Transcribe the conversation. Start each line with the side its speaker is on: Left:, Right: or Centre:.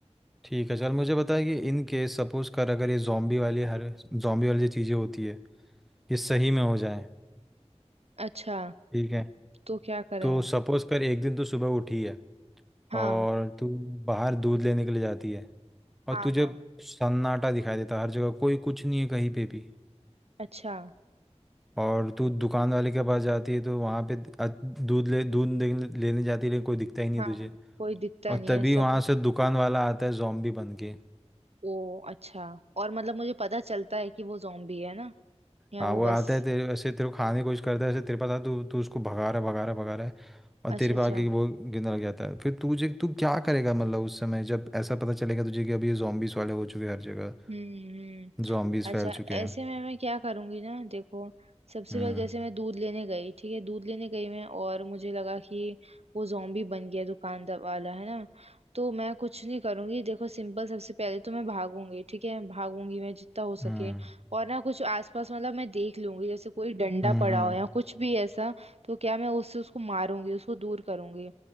Centre: ठीक है चल मुझे बता कि इन केस सपोज कर अगर ये जॉम्बी वाली हर जॉम्बी वाली जो चीज़ें होती है ये सही में हो जाए
Right: अच्छा
Centre: ठीक है
Right: तो क्या करें
Centre: तो
Right: हूँ
Centre: सपोज कर एक दिन तू सुबह उठी है
Right: हाँ
Centre: और तू बाहर दूध लेने के लिए जाती है और
Right: हाँ
Centre: तुझे
Right: हाँ
Centre: सन्नाटा दिखाई देता है हर जगह कोई कुछ नहीं है कहीं पे भी
Right: अच्छा
Centre: और तू दुकान वाले के पास जाती है तो वहाँ पे अ- दूध ले दूध दे- लेने जाती है लेकिन कोई दिखता ही नहीं
Right: हाँ
Centre: है तुझे
Right: हाँ, कोई दिखता
Centre: और
Right: नहीं
Centre: तभी
Right: है सब
Centre: वहाँ से दुकान वाला आता है जॉम्बी बन के
Right: ओ अच्छा और मतलब मुझे पता चलता है कि वो जॉम्बी है ना या
Centre: हाँ
Right: वो
Centre: वो आता
Right: बस
Centre: है तेरे ऐसे तेरे को खाने की कोशिश करता है ऐसे तेरे पास आता है, तू तू उसको भगा रहा है, भगा रहा है, भगा रहा है और तेरे
Right: अच्छा अच्छा
Centre: पे आके वो गिरने लग जाता है फिर तुझे तू क्या करेगा मतलब उस समय जब ऐसा पता चलेगा तुझे कि अभी ये zombies वाले हो चुके हैं हर जगह
Right: हम्म हम्म।
Centre: zombies
Right: अच्छा
Centre: फैल चुके
Right: ऐसे
Centre: हैं
Right: में मैं क्या करूंगी ना देखो सबसे
Centre: हम्म
Right: पहले जैसे मैं दूध लेने गई ठीक है दूध लेने गई मैं और मुझे लगा कि वो zombie बन गया दुकानदार वाला है ना तो मैं कुछ नहीं करूंगी देखो सिंपल सबसे पहले तो मैं भागूंगी ठीक है भागूंगी मैं जितना हो सके
Centre: हम्म
Right: और ना कुछ आसपास मतलब मैं देख लूंगी जैसे कोई डंडा
Centre: हम्म
Right: पड़ा
Centre: हम्म
Right: हो या कुछ भी ऐसा तो क्या मैं उससे उसको मारूंगी उसको दूर करूंगी